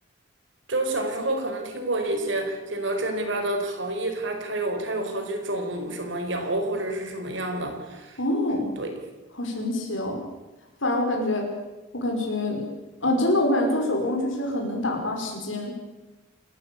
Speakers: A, on the right; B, on the left.
A: 就小时候可能听过一些景德镇那边的陶艺，它它有它有好几种什么窑或者是什么样的，
B: 哦，
A: 对，
B: 好神奇哦！反正我感觉，我感觉，啊，真的，我感觉做手工就是很能打发时间，